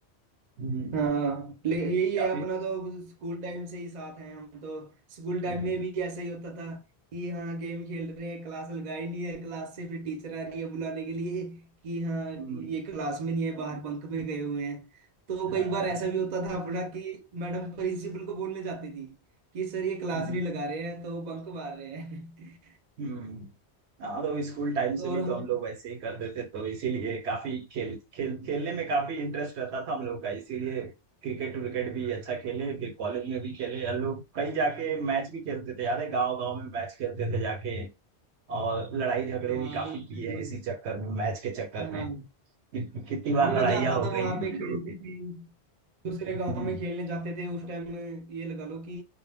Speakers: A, on the right; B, on the right.
A: हम्म,
B: हाँ ले यही
A: काफी
B: है अपना तो स्कूल टाइम से ही साथ हैं हम तो स्कूल टाइम
A: हम्म,
B: में भी ऐसा ही होता था कि हाँ गेम खेल रहे हैं क्लास लगाई नहीं है क्लास से फिर टीचर आ रही है बुलाने के लिए कि हाँ
A: हम्म,
B: ये क्लास में नहीं है बाहर बंक में गए हुए हैं तो
A: हाँ,
B: कई बार ऐसा भी होता था अपना कि मैडम प्रिंसिपल को बोलने जाती थी कि सर ये क्लास
A: हम्म।
B: नहीं लगा रहे हैं तो बंक मार रहे हैं
A: हम्म हाँ तो स्कूल
B: <laughs>
A: टाइम से
B: तो
A: भी
B: और हम
A: तो हम लोग वैसे ही करते थे तो इसीलिए काफी खेल खेल खेलने में काफी इंटरेस्ट रहता था हम लोग का इसीलिए क्रिकेट विकेट भी अच्छा खेले फिर कॉलेज में भी खेले हम लोग कहीं जाके मैच भी खेलते थे याद है गांव गांव में मैच खेलते थे जाके और लड़ाई झगड़े
B: हाँ
A: भी काफी
B: बिल्कुल
A: किए हैं इसी चक्कर में मैच के चक्कर
B: हाँ
A: में कित- कितनी बार
B: हाँ
A: लड़ाइयाँ
B: मजा आता
A: हो
B: था
A: गई
B: वहां
A: <laughs> हैं
B: पे
A: हम
B: खेलते
A: लोगों की
B: थे दूसरे गांव
A: हम्म,
B: में खेलने जाते थे उस टाइम ये लगा लो कि